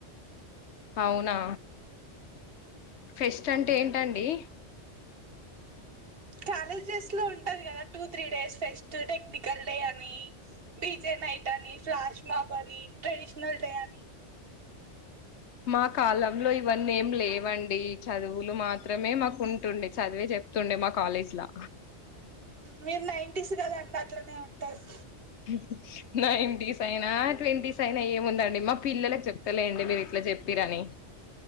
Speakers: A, on the left (about 70°); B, on the right (about 55°).
A: అవునా ఫెస్ట్ అంటే ఏంటండి.
B: కాలేజెస్ లో ఉంటంది కదా two three days fest technical day అని, డీజే నైట్ అని, ఫ్లాష్ మాబ్ అని ట్రెడిషనల్ డే అని.
A: మా కాలంలో ఇవన్నీ ఏం లేవండి. చదువులు మాత్రమే మాకు ఉంటుండే చదివే చెప్తుండే మా కాలేజీలా.
B: మీరు నైంటీస్ కదా అండి అట్లనే ఉం టది
A: హు నైంటీస్ సైన ట్వంటీస్ అయినా ఏముందండి మా పిల్లలకు చె ప్తా లేండి మీరు ఇట్లా చెప్పిరని.